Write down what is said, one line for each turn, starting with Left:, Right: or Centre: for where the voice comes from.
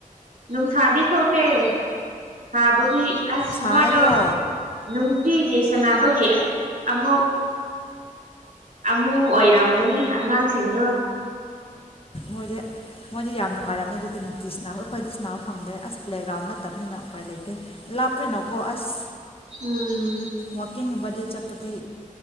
Right: ꯅꯨꯡꯁꯥꯗꯤ ꯊꯣꯛꯇꯦ ꯁꯥꯕꯨꯗꯤ ꯑꯁ
Left: ꯁꯥꯏꯀꯣ
Right: ꯃꯣꯏꯗꯣ ꯅꯨꯡꯇꯤꯒꯤ ꯁꯥꯟꯅꯕꯒꯤ ꯑꯃꯨꯛ ꯑꯃꯨ ꯑꯣꯏꯔꯝꯒꯅꯤ ꯑꯉꯥꯡꯁꯤꯡꯗꯣ
Left: ꯃꯣꯏꯗꯤ ꯃꯣꯏꯗꯤ ꯌꯥꯝ ꯅꯨꯡꯉꯥꯏꯔꯕꯅꯤ ꯑꯗꯨꯗꯤ ꯅꯤꯇꯤꯤꯁꯅꯥꯕ ꯑꯩꯈꯣꯏꯗꯤ ꯁꯥꯟꯅꯕ ꯐꯪꯗꯦ ꯑꯁ ꯄ꯭ꯂꯦꯒ꯭ꯔꯥꯎꯟ ꯅꯠꯇꯕꯅꯤꯅ ꯎꯄꯥꯏ ꯂꯩꯇꯦ ꯂꯥꯞ ꯅꯣꯀ ꯑꯁ
Right: ꯎꯝ
Left: ꯋꯥꯀꯤꯡꯕꯗ ꯑ ꯆꯠꯄꯗꯤ